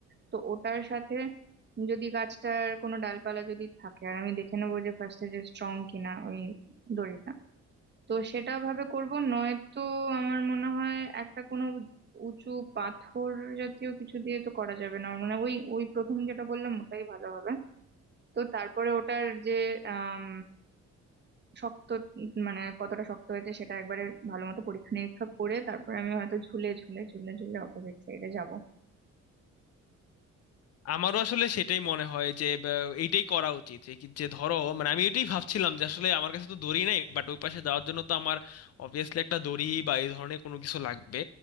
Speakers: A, on the right (about 35°); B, on the left (about 55°).
A: তো ওটার সাথে যদি গাছটার কোনো ডালপালা যদি থাকে আর আমি দেখে নেবো যে ফার্স্টে যে স্ট্রং কিনা ওই দড়িটা তো সেটা ভাবে করব নয়তো আমার মনে হয় একটা কোনো উঁচু পাথর জাতীয় কিছু দিয়ে তো করা যাবে না আমার মনে হয় ওই ওই প্রথম যেটা বললাম ওটাই ভালো হবে তো তারপরে ওটার যে আম, শক্ত উম, মানে কতটা শক্ত হয়েছে সেটা একবারে ভালো মতো পরীক্ষা নিরীক্ষা করে তারপরে আমি হয়তো ঝুলে ঝুলে ঝুলে ঝুলে অপোজিট সাইডে যাব
B: আমারও আসলে সেটাই মনে হয় যে বা, এইটাই করা উচিত যে কি- যে ধরো মানে আমি এটাই ভাবছিলাম যে আসলে আমার কাছে তো দড়ি নাই বাট ওই পাশে যাওয়ার জন্য তো আমার অবভিয়াসলি একটা দড়ি বা এই ধরনের কোনো কিছু লাগবে